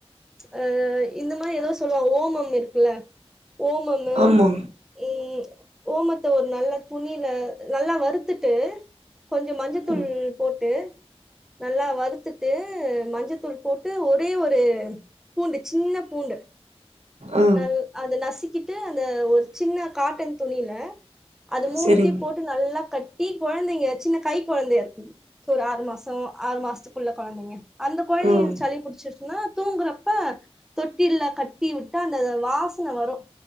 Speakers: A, in the centre; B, on the right (about 80°).
A: அஹ் இந்த மாரி ஏதோ சொல்லுவாங்க ஓமம் இருக்குல்ல ஓமம்மு
B: ஆமா
A: ம் ஓமத்த ஒரு நல்ல துணியில நல்லா வருத்துட்டு கொஞ்சோ மஞ்சத்தூள்
B: ம்
A: போட்டு நல்லா வருத்துட்டு மஞ்சத்தூள் போட்டு ஒரே ஒரு பூண்டு சின்ன பூண்டு
B: ஆ
A: கள் அத நசிக்கிட்டு அந்த ஒரு சின்ன காட்டன் துணியில அது மூணுத்தையு
B: சேரிங்
A: போட்டு நல்லா கட்டி கொழந்தைங்க சின்ன கை கொழந்தையா இருக்கு ஒரு ஆறு மாசோ ஆறு மாசத்துக்குள்ள கொழந்தைங்க அந்த கொழந்தைகளுக்கு
B: ம்
A: சளி புடிச்சுருச்சுன்னா தூங்குறப்ப தொட்டில்ல கட்டி விட் த அந்த வாசன வரு